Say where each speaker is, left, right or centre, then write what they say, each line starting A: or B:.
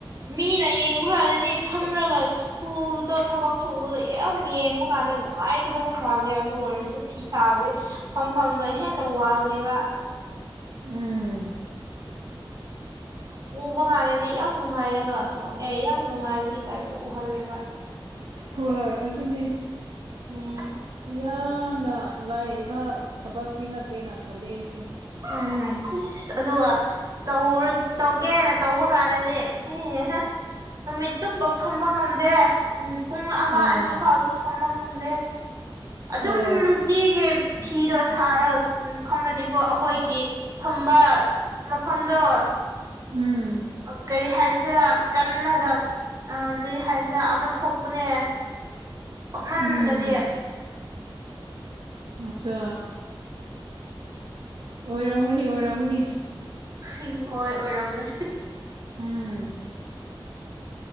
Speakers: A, on the right; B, on the right.
A: ꯃꯤꯅ ꯌꯦꯡꯕ ꯀꯥꯟꯗꯗꯤ ꯐꯝꯔꯒ ꯁꯨꯕꯗꯣ ꯊꯕꯛ ꯁꯨꯕꯗꯣ ꯌꯥꯝ ꯌꯦꯡꯕ ꯀꯥꯟꯗ ꯅꯨꯡꯉꯥꯏꯒꯗꯕ ꯃꯥꯜꯂꯦ ꯑꯗꯨ ꯑꯣꯏꯔꯁꯨ ꯐꯤ ꯁꯥꯕꯁꯦ ꯐꯝꯐꯝꯗꯣ ꯍꯦꯟꯅ ꯋꯥꯕꯅꯦꯕ
B: ꯎꯝ
A: ꯎꯕ ꯀꯥꯟꯗꯗꯤ ꯌꯥꯝ ꯅꯨꯡꯉꯥꯏꯔꯒ ꯑꯦ ꯌꯥꯝ ꯅꯨꯡꯉꯥꯏꯕꯒꯤ ꯇꯥꯏꯞꯇ ꯎꯍꯜꯂꯦꯕ
B: ꯍꯣꯏ ꯑꯗꯨꯅꯦ
A: ꯎꯝ
B: ꯌꯥꯝꯅ ꯂꯥꯏꯏ ꯊꯕꯛꯇꯤ ꯅꯠꯇꯦꯅ ꯈꯜꯂꯦ ꯑꯩꯁꯨ
A: ꯎꯝ ꯏꯁ ꯑꯗꯨꯒ ꯇꯧꯔ ꯇꯧꯒꯦꯅ ꯇꯧꯕ ꯀꯥꯟꯗꯗꯤ ꯏ ꯍꯥ ꯅꯨꯃꯤꯠ ꯆꯨꯞꯄ ꯐꯝꯕ ꯉꯝꯗꯦ ꯄꯨꯡ ꯑꯃ
B: ꯑꯥ
A: ꯑꯅꯤ ꯐꯥꯎꯁꯨ ꯐꯝꯕ ꯉꯝꯗꯦ ꯑꯗꯨꯝ
B: ꯑꯥꯎ
A: ꯅꯨꯡꯇꯤꯒꯤ ꯐꯤꯗꯣ ꯁꯥꯔꯒ ꯎꯝ ꯐꯝꯃꯗꯤꯀꯣ ꯑꯈꯣꯏꯒꯤ ꯐꯝꯕ ꯃꯐꯝꯗꯣ
B: ꯎꯝ
A: ꯀꯔꯤ ꯍꯥꯏꯁꯤꯔ ꯀꯜꯂꯒ ꯑ ꯀꯔꯤ ꯍꯥꯏꯁꯤꯔ ꯑꯃ ꯊꯣꯛꯄꯅꯦ ꯐꯝꯃꯟꯂꯗꯤ
B: ꯎꯝ ꯃꯥꯆꯥ ꯑꯣꯏꯔꯝꯒꯅꯤ ꯑꯣꯏꯔꯝꯒꯅꯤ
A: <unintelligible> ꯑꯣꯏ ꯑꯣꯏꯔꯝꯃꯦ
B: ꯎꯝ